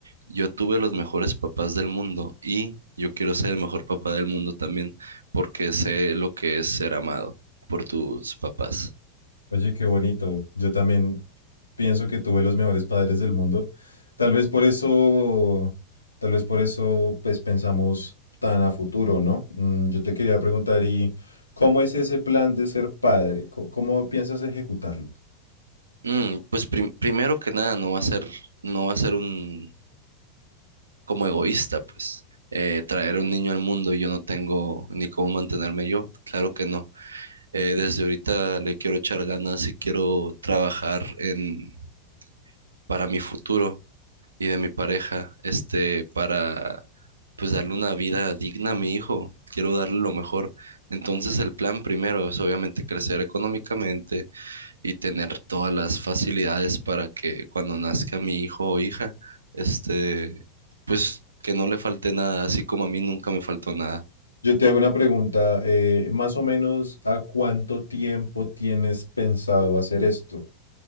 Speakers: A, on the right (about 75°); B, on the left (about 85°).
A: yo tuve los mejores papás del mundo y yo quiero ser el mejor papá del mundo también porque sé lo que es ser amado por tus papás.
B: Oye, qué bonito. Yo también Pienso que tuve los mejores padres del mundo. Tal vez por eso, tal vez por eso, pues pensamos tan a futuro, ¿no? Mm, yo te quería preguntar, ¿y cómo es ese plan de ser padre? Co- ¿Cómo, piensas ejecutarlo?
A: Mm, pues prim- primero que nada, no va a ser, no va a ser un como egoísta, pues. Eh, traer un niño al mundo y yo no tengo ni cómo mantenerme yo, claro que no. Eh, desde ahorita le quiero echar ganas y quiero trabajar en, para mi futuro y de mi pareja, este, para pues darle una vida digna a mi hijo. Quiero darle lo mejor. Entonces el plan primero es obviamente crecer económicamente y tener todas las facilidades para que cuando nazca mi hijo o hija, este, pues que no le falte nada, así como a mí nunca me faltó nada.
B: Yo te hago una pregunta, eh, más o menos, ¿a cuánto tiempo tienes pensado hacer esto?